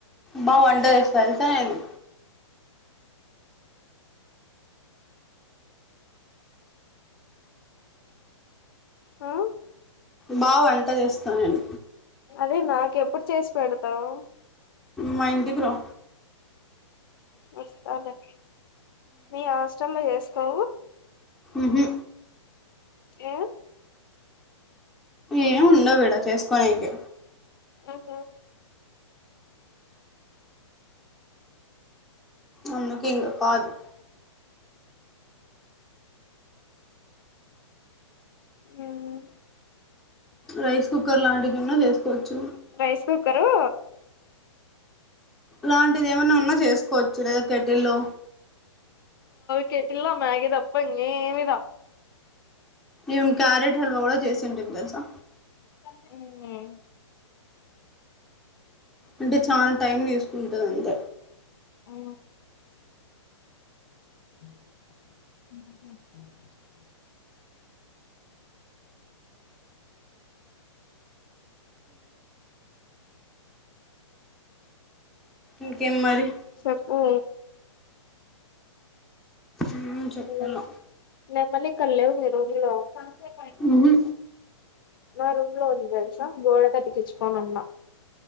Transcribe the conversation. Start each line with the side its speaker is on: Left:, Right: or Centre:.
Centre: మా వండర్ ఇస్త తెలుసా నేను
Left: ఆ
Centre: బా వంట చేస్త స్త నేను
Left: అదే నాక ఎప్పుడు చేసి పెడతావ్
Centre: మ ఇంటికి రా
Left: వస్త లే మీ హాస్టెల్ లో చేస్త కా
Centre: మీవి
Left: ఆ
Centre: ఏ ఉండవడ చేసుకోని ఇనికి
Left: ఆహా
Centre: అనుకి ఇంగ కాదు
Left: ఉమ్
Centre: రైస్ కుక్కర్ లాంటిదిన్నా చేసుకోవచ్చు
Left: రైస్ కుక్కరు
Centre: లాంటిది ఏమైన్నా ఉన్నా చేస్త కొచుల కెటిల్లో
Left: కేటిలా మ్యాగి దాప్ప ఇంగేమి రావ్
Centre: ఏం క్యారెట్ హల్వా కూడా చేసేంటేం తెలుసా
Left: ఉ
Centre: అంటే చాలా టైం వేస్తు ఇంటంత
Left: అ అ
Centre: ఇంకేం మరి
Left: చెప్పు
Centre: ఉమ్ చెప్పాల
Left: నేన మళ్లీ కల్లేవ్ మీ రూమ్ లో ఫైనా
Centre: ఉహు
Left: నా రూమ్ లో ఉంది తెలుసా గోడ కతికిచ్చుకోనున్న